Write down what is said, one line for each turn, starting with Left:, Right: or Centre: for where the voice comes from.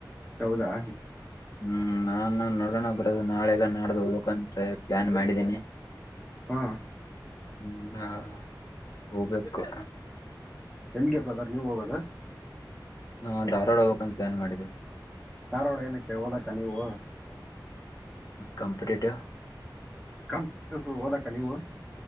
Centre: ಹೌದಾ.
Left: ಹ್ಮ್ ನಾನು ನೋಡೋಣ ಬರದು ನಾಳೆ ಎಲ್ಲ ನಾಡ್ದ ಹೋಗ್ಬೇಕಂತ್ರೆ ಪ್ಲಾನ್ ಮಾಡಿದೀನಿ
Centre: ಹಾ
Left: ಹ್ಮ ಹೋಗ್ಬೇಕು.
Centre: ಎಲ್ಗೆ ಬ್ರದರ್ ನೀವ ಹೋಗದ.
Left: ನಾ ಧಾರವಾಡ ಹೋಗಕಂತ ಪ್ಲಾನ್ ಮಾಡಿದಿವಿ.
Centre: ಧಾರವಾಡ ಏನಕ್ಕೆ ಹ ಓದಕ್ಕ ನೀವು.
Left: ಕಂಪಿಟೇಟಿವ್.
Centre: ಕಂ ಓದಕ್ಕ ನೀವು.